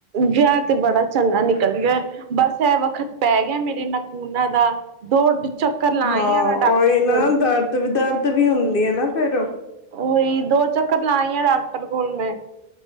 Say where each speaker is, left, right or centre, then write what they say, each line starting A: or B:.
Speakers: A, on the right (about 60°); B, on the left (about 60°).
A: ਵਿਆਹ ਤੇ ਬੜਾ ਚੰਗਾ ਨਿਕਲ ਗਿਆ ਬਸ ਇਹ ਵੱਖਤ ਪੈ ਗਿਆ ਮੇਰੇ ਨ ਖੂਨਾਂ ਦਾ, ਦੋ। ਚੱਕਰ ਲਾਈ
B: ਹਾਂ
A: ਆ ਮੈਂ ਡਾਕਟਰ
B: ਓਹੀ ਨਾ
A: ਕੋਲ
B: ਦਰਦ ਵੀ ਦਰਦ <unintelligible> ਵੀ ਹੁੰਦੀ ਨਾ ਫੇਰ,
A: ਉਹੀ ਦੋ ਚੱਕਰ ਲਾਈ ਆ ਡਾਕਟਰ ਕੋਲ ਮੈਂ।